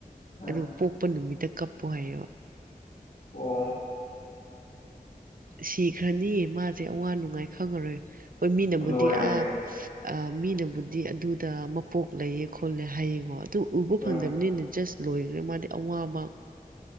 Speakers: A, on the left (about 75°); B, on the right (about 65°).
A: ꯑꯥ
B: ꯑꯗꯨꯒ ꯄꯣꯛꯄ ꯅꯨꯃꯤꯠꯇ ꯀꯞꯄꯨ ꯍꯥꯏꯌꯦꯕ
A: ꯑꯣ
B: ꯁꯤꯈ꯭ꯔꯅꯤ ꯃꯥꯁꯦ ꯑꯋꯥ ꯅꯨꯡꯉꯥꯏ ꯈꯪꯉꯔꯣꯏ ꯍꯣꯏ ꯃꯤꯅꯕꯨꯗꯤ
A: ꯂꯣꯏꯔꯦꯗ
B: ꯑꯥ ꯃꯤꯅꯕꯨꯗꯤ ꯑꯗꯨꯗ ꯃꯄꯣꯛ ꯂꯩꯌꯦ ꯈꯣꯠꯂꯦ ꯍꯥꯏꯌꯦꯀꯣ ꯑꯗꯨ ꯎꯕ ꯐꯪꯗꯕꯅꯤꯅ
A: ꯎꯝ
B: ꯖꯁ ꯂꯣꯏꯈ꯭ꯔꯦ ꯃꯥꯗꯤ ꯑꯋꯥꯕ